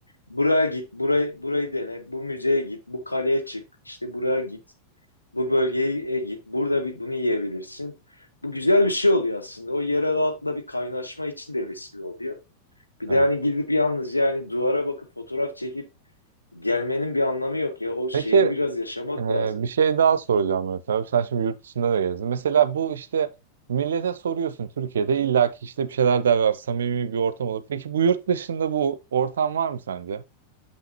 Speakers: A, on the left; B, on the right.
A: Buraya git, burayı, burayı dene, bu müzeye git, bu kaleye çık, işte buraya git, bu bölgeye git, burada bir, bunu yiyebilirsin. Bu güzel bir şey oluyor aslında. O yerel halkla bir kaynaşma için de vesile oluyor. Bir
B: Ha.
A: de hani gidip yalnız yani duvara bakıp fotoğraf çekip Gelmenin bir anlamı yok ya. O şehri
B: Peki
A: biraz yaşamak
B: Ee,
A: lazım.
B: bir şey daha soracağım Mehmet abi. Sen şimdi yurt dışında da gezdin. Mesela bu işte millete soruyorsun Türkiye'de illaki işte bir şeyler derler. Samimi bir ortam olur. Peki bu yurt dışında bu ortam var mı sence?